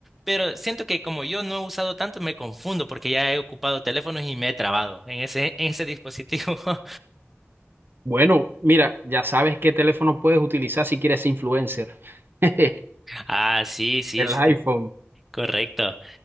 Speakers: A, in the centre; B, on the right.
A: pero siento que como yo no he usado tanto, me confundo porque ya he ocupado teléfonos y me he trabado en ese, en ese dispositivo. <laughs>
B: Bueno, mira, ya sabes qué teléfono puedes utilizar si quieres ser influencer. <laughs>
A: Ah, sí, sí,
B: El
A: sí,
B: iPhone.
A: te- correcto.